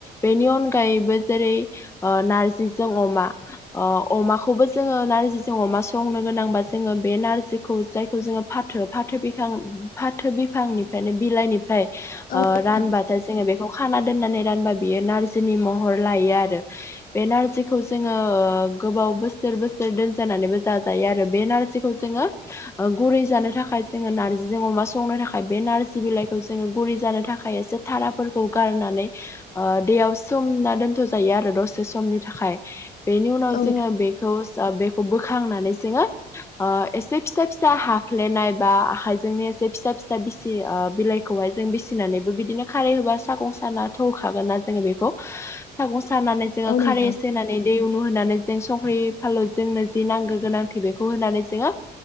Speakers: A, on the left; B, on the left.
A: बेनि अनगायैबो जेरै ओ नारजि जों अमा अ अमाखौबो जोङो नारजिजों अमा संनो गोनांबा जोङो बे नारजिखौ जायखौ जोङो फा- फाथो बिफां फाथो बिफांनिफ्रायनो बिलाइनिफ्राय
B: औ
A: ओ
B: नोंथां
A: रानबाथाय जोङो खाना दोनानै रानबा बियो नारजिनि महर लायो आरो। बे नारजि जोङो ओ गोबाव बोसोर बोसोर दोनजानानैबो जाजायो आरो बे नारजिखौ जोङो ओ गुरै जानो थाखाय जोङो नार्जिजों अमा संनो थाखाय बे नारजि बिलाइखौ जोङो गुरै जानो थाखाय एसे थाराफोरखौ गारनानै ओ दैयाव समोना दोनथ'जायो आरो दसे समनि थाखाय। बेनि उनाव
B: औ
A: जोङो बेखौ बेखौ बोखांनानै जोङो ओ एसे फिसा फिसा हाफ्लेनाय बा आखायजोंनो एसे फिसा फिसा बिसि ओ बिलाइ खौहाय जोङो सिबिनानै बिदिनो खारै होबाय सागं सानाथ' होखागोनना जोङो बेखौ सागं सा खानानै जोङो
B: औ नोंथां
A: खारै नानै दै उनु होनानै जों संख्रि फालु जोंनो जि नांगौ गोनांथि बेखौ होनानै जोङो